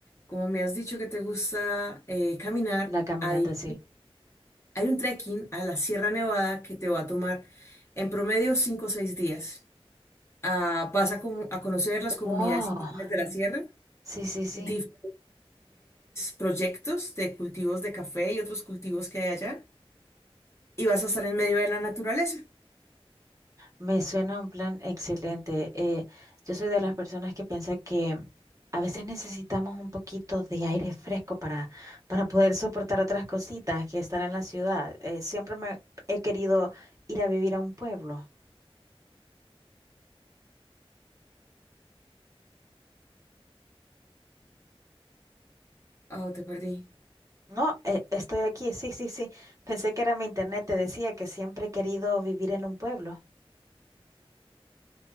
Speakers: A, on the left; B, on the right.
A: Como me has dicho que te gusta eh, caminar,
B: La caminante,
A: ahí.
B: sí.
A: Hay un trekking a la Sierra Nevada que te va a tomar en promedio 5 o 6 días. Ah, vas a, comu- a conocer las comunidades
B: Wow.
A: indígenas de la sierra,
B: Sí, sí, sí.
A: diferentes proyectos de cultivos de café y otros cultivos que hay allá, y vas a estar en medio de la naturaleza.
B: Me suena un plan excelente. Eh, yo soy de las personas que piensa que a veces necesitamos un poquito de aire fresco para, para poder soportar otras cositas que están en la ciudad. Eh, siempre me he querido ir a vivir a un pueblo.
A: Oh, te perdí.
B: No, eh, estoy aquí, sí, sí, sí. Pensé que era mi internet, te decía que siempre he querido vivir en un pueblo.